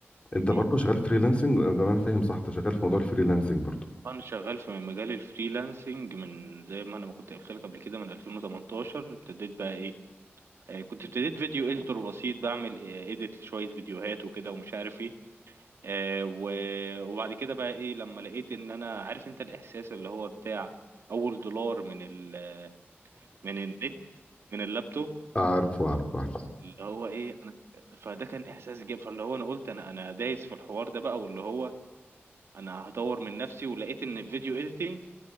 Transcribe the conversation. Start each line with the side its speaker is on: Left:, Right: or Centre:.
Left: انت برضه
Right: مم.
Left: شغال فريلانسنج ده انا فاهم صح انت شغال في موضوع الفريلانسنج برضه
Right: انا شغال في مجال الفريلانسنج من زي ما انا ما كنت قلت لك قبل كده من 2018 ابتديت بقى ايه آه، كنت ابتديت فيديو اديتور بسيط بعمل اديت لشوية فيديوهات وكده ومش عارف ايه آه، و- وبعد كده بقى ايه لما لقيت ان انا عارف انت الاحساس اللي هو بتاع اول دولار من ال من النت من اللابتوب
Left: عارفه عارفه عارفه
Right: اللي هو ايه انا فده كان احساس جامد فاللي هو انا قلت انا انا دايس في الحوار ده بقى واللي هو انا هطور من نفسي ولقيت ان الفيديو اديتنج